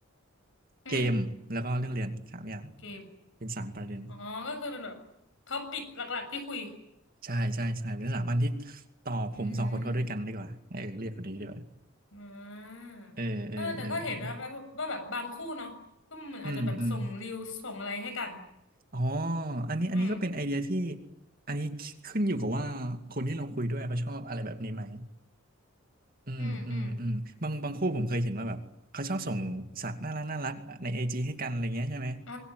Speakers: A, on the left; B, on the right.
A: อืม
B: เกมแล้วก็เรื่องเรียนสามอย่าง
A: โอเค
B: เป็นสามประเด็น
A: อ๋อก็คือเป็นแบบท็อปิกหลักๆที่คุย
B: ใช่ใช่ใช่เป็นสถาบันที่ต่อผมสองคนเขาด้วยกันดีกว่าเออเรียกคนนี้ดีกว่า
A: อืมอ่า
B: เออเออเออเออ
A: เออแต่ก็เห็นนะแบบว่าแบบบางคู่เนาะก็เหมือนอาจจะแบบส่งรีวส่งอะไรให้กัน
B: อืมอืมอ๋ออันนี้อันนี้ก็เป็นไอเดียที่
A: อืม
B: อันนี้ขึ้นอยู่กับว่าคนที่เราคุยด้วยเขาชอบอะไรแบบนี้ไหมอืมอืมอืมบางบางคู่ผมเคยเห็นว่าแบบเขาชอบส่งสัตว์น่ารักน่ารักในไอจีให้กันอะไรเงี้ยใช่ไหม
A: อืมอืมอ่า